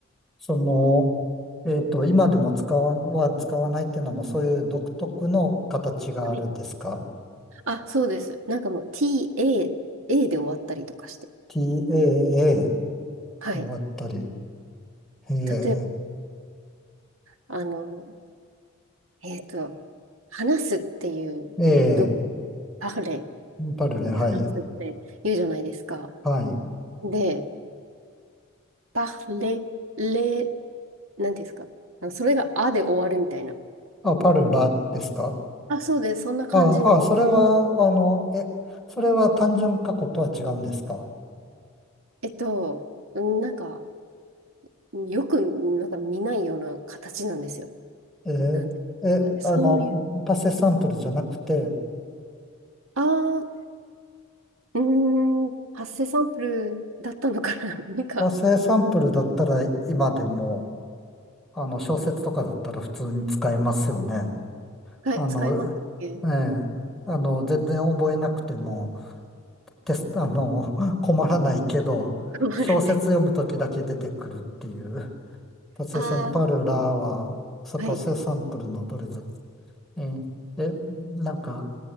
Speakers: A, in the centre; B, on the right.
A: その、えっと、今でも使わ、は使わないっていうのも、そういう独特の形があるんですか
B: はいあ、そうです。なんかもう TA、A で終わったりとかして。
A: ?TAA っ
B: はい。
A: てわったり。ええ
B: 例えば、あの、えっと、話すっていう、
A: え
B: ど、パフレ、フ
A: えパルレ、はい。
B: ランス語で言うじゃないですか。
A: はい。
B: で、パフレ、レ、なんていうんですか。あのそれがあで終わるみたいな。
A: あ、パルラですか
B: あ、そうです。そんな感じの、
A: ああ、それは、あの、え、それは単純過去とは違うんですか
B: えっと、なんか、よく、なんか見ないような形なんですよ。
A: えーえ、
B: なんていうんですかね。
A: あの、
B: そういう、
A: パセサンプルじゃなくて、
B: ああ、うーん、発生サンプルだったのかな <laughs> なんか、
A: パセサンプルだったら今でも、あの、小説とかだったら普通に使えますよね。
B: 使い、
A: あの、
B: 使いますっけ
A: ええ、あの、全然覚えなくても、テスト、あの、<laughs> 困らないけど、
B: 困るね。
A: 小説読むときだけ出てくるっていう。パセサンパルラは、
B: ああ、
A: そうパセサンプルのどれだ、
B: はい、
A: ええ、でなんか、